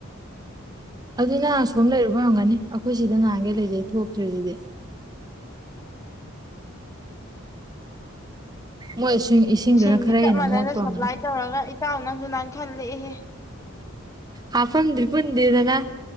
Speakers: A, on the right; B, on the left.
A: ꯑꯗꯨ ꯅꯍꯥꯟ ꯁꯣꯝ ꯂꯩꯔꯨꯕ ꯉꯝꯒꯅꯤ ꯑꯩꯈꯣꯏ ꯁꯤꯗ ꯅꯍꯥꯟꯒꯦ ꯂꯩꯖꯩ ꯊꯣꯛꯇ꯭ꯔꯤꯗꯨꯗꯤ ꯃꯣꯏꯁꯨ ꯏꯁꯤꯡꯗꯨꯅ
B: ꯏꯁꯤꯡꯗꯤ
A: ꯈꯔ
B: ꯆꯞ
A: ꯍꯦꯟꯅ
B: ꯃꯥꯟꯅꯅ
A: ꯃꯣꯠꯄ ꯑꯣꯏꯔꯝꯒꯅꯤ
B: ꯁꯄ꯭ꯂꯥꯏ ꯇꯧꯔꯒ ꯏꯇꯥꯎ ꯅꯪꯁꯨ ꯅꯍꯟ ꯈꯜꯂꯛꯑꯦꯍꯦ
A: ꯍꯥꯐꯝꯝꯗ꯭ꯔꯤ ꯄꯨꯟꯗꯦꯗꯅ